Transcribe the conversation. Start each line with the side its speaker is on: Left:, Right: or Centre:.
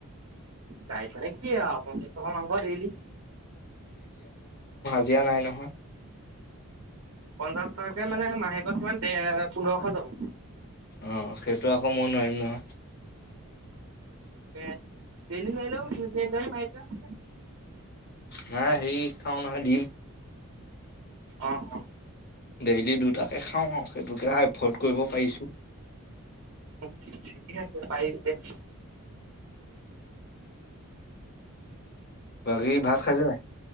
Right: তাইক মানে কি আৰুহ, পঞ্চাছ টকা মাংস ডেইলী।
Left: দিয়া নাই নহয়।
Right: পঞ্চাশ টকাকে মানে মাহেকে কিমান? পন্দ্ৰহখো টকা।
Left: উম, সেইটো আকৌ মই নোৱাৰিম নহয়।
Right: হেয়াৰ, ডেইলী নোৱাৰিলোঁ দুই তিনিদিন পইচা।
Left: নাই হেৰী খাওঁ নহৈ, দিম।
Right: অ' অ'।
Left: ডেইলি দুটাকে খাওঁ আৰু সেইটোকে এফৰ্ড কৰিব পাৰিছোঁ।
Right: ঠিকে আছে পাৰিবি দে।
Left: বাকী ভাত খায় লে?